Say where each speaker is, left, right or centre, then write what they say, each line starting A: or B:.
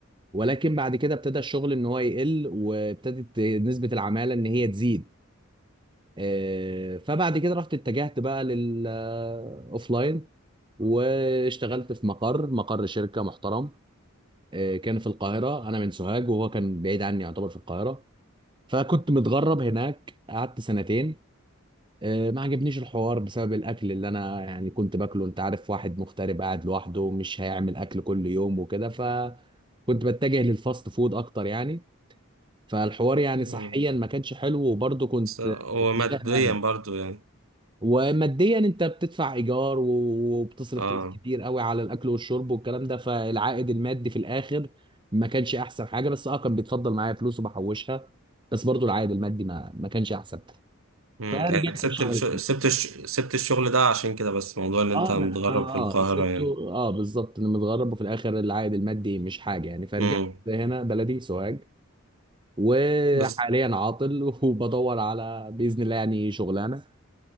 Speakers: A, on the right (about 20°); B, on the right (about 80°).
A: ولكن بعد كده ابتدى الشغل ان هو يقل وابتدت نسبة العمالة ان هي تزيد آه، فبعد كده رحت اتجهت بقى للاوفلاين واشتغلت في مقر مقر شركة محترم آه، كان في القاهرة انا من سوهاج وهو كان بعيد عني يعتبر في القاهرة فكنت متغرب هناك قعدت سنتين آه، ما عجبنيش الحوار بسبب الاكل اللي انا يعني كنت باكله انت عارف واحد مغترب قاعد لوحده مش هيعمل اكل كل يوم وكده فكنت بتجه للفاست فود اكتر يعني فالحوار يعني
B: امم
A: صحيا ما كانش حلو وبرضه كنت
B: بس هو
A: مشتاق
B: ماديا
A: لاهلي
B: برضو يعني
A: وماديا انت بتدفع ايجار وبتصرف
B: اه
A: فلوس كتير قوي على الاكل والشرب والكلام ده فالعائد المادي في الاخر ما كانش احسن حاجه بس اه كان بيتفضل معايا فلوس وبحوشها بس برضه العائد المادي ما ما كانش احسن
B: امم
A: فرجعت
B: يعني سبت
A: في شهر
B: الش...
A: تاني
B: سبت الش... سبت الشغل ده عشان كده بس موضوع ان انت
A: اه
B: متغرب
A: انا اه
B: في القاهرة
A: آه، سبته
B: يعني
A: اه بالظبط انا متغرب وفي الاخر العائد المادي مش حاجه يعني فرجعت
B: امم
A: هنا بلدي سوهاج وحاليا
B: بس
A: عاطل <laughs> وبدور على باذن الله يعني شغلانه